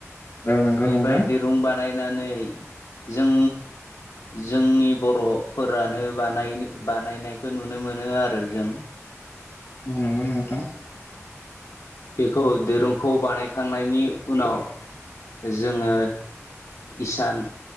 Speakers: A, on the left; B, on the left.
A: औ नंगौ
B: बेनिफ्राय
A: नोंथां
B: दिरुं बानायनानै जों जोंनि बर'फोरानो बानायनो बानायनायखौ नुनो मोनो आरो जों।
A: नोंगौ नोंथां।
B: बेखौ दिरुंखौ बानायखांनायनि उनाव जोङो इसान